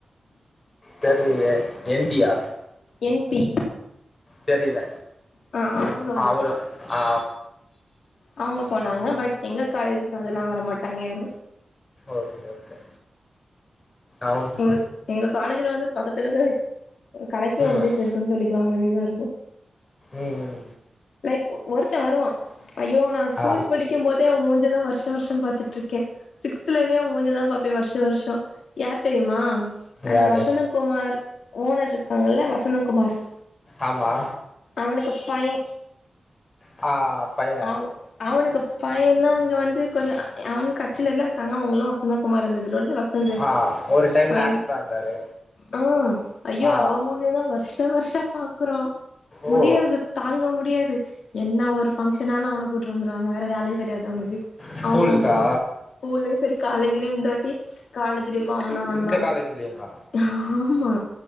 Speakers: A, on the left; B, on the left.
A: தெர்லியே என் டியா
B: என் பி
A: தெரில
B: ஆ அவங்க
A: அவரு ஆ
B: அவுங்க போனாங்க பட் எங்க காலேஜுக்கு அதல்லா வரமாட்டாங்க யாரு
A: ஓகே ஓகே அவ்
B: எங்க எங்க காலேஜுல வந்து பக்கத்துல இருக்கறது அ கலக்கி
A: ம்
B: வர்ரதே பெருசுன் சொல்லிக்கிறா மாதிரிதா இருக்கு
A: ம்
B: லைக் ஒருத்த வருவா ஐயோ நா ஸ்கூல்
A: ஆ
B: படிக்கும் போதே அவ மூஞ்சதா வர்ஷ வர்ஷோ பாத்துட்ருக்க சிக்ஸ்துல இருந்தே உ முஞ்சதா பாப்பே வருஷ வருஷோ யார் தெரியுமா அந்த
A: யாரு
B: வசந்த குமார் ஓனர் இருக்காங்கல்ல வசந்த குமார்
A: ஆமா
B: அவனுக்கு பைய
A: ஆ பைய
B: அவ அவனுக்கு பையன இங்க வந்து கொஞ்ச அவனு கட்சில எல்லா இருக்காங்க அவங்ளு வசந்த குமார் இருந்ததுலது வசந்து
A: ஆ ஒரு டைம்ல
B: ய
A: ஆக்டரா இருந்தாரு
B: ஆ ஐயோ
A: ஆ
B: அவ மூஞ்சதா வர்ஷ வர்ஷ பாக்குறோ
A: ஓ
B: முடியாது தாங்க முடியாது என்ன ஒரு ஃபங்க்ஷனாலு அவன கூட்டு வந்துருவாங்க வேற வேலையே கெடையாது அவனுக்கு
A: ஸ்கூலுக்கா
B: அவனு வந்துருவான் ஸ்கூல்லயு செரி காலேஜ்லியு இந்தாட்டி காலேஜ்டேக்கு அவ தா வந்தா
A: இந்த காலேஜ்லயுமா
B: ஆமா